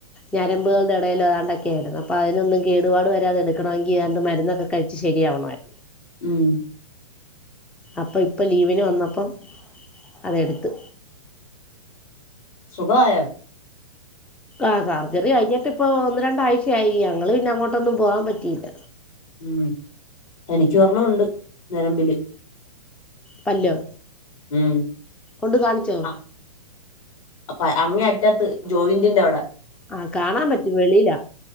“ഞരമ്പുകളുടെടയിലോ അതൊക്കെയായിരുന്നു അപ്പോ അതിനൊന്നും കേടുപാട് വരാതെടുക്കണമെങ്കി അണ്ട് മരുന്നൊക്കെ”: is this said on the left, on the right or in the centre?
Centre